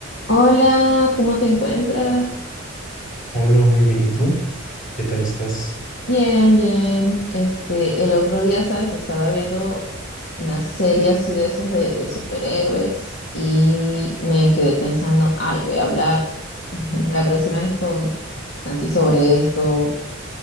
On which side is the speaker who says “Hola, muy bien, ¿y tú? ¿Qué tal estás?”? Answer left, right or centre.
Left